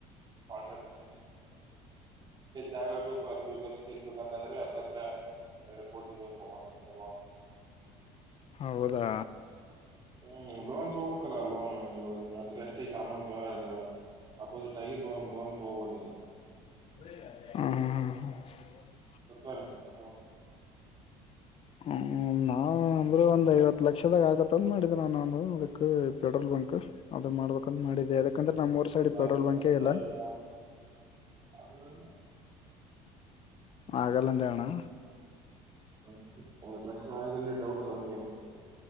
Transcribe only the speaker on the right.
ಕಾಂಟ್ರಾಕ್ಟ್ ಜಾಗ ಆರ್ಬೇಕು ಅದುಬೇಕು ತಿಳ್ಬೇಕಂತಂದ್ರೆ ಹತ್ತತ್ರ ಎರಡು ಕೋಟಿ ಬೇಕು ಒಂದ ಪೆಟ್ರೋಲ್
ಹ್ಮ್ ಲೋನ್ ತಗೋಬೇಕಲ್ಲ ಲೋನ್ ಇವಾಗ ನಿನ್ ಹತ್ರ ಎಷ್ಟ ಐತಿ ಅಮೌಂಟ್ ಆದ್ರ ಅಪೋಸಿಟ್ ಗಿ ಲೋನ್ ಲೋನ್ ತಗೋಬಹುದು ನೀನು
<unintelligible>
ಎಲ್ಲ
ಐವತ್ತು
ಲಕ್ಷ ಆಗಲ್ಲ. <unintelligible>
ಹ ಐವತ್ತು ಲಕ್ಷ ಆಗದ ಡೌಟ್ ನನಗೆಣ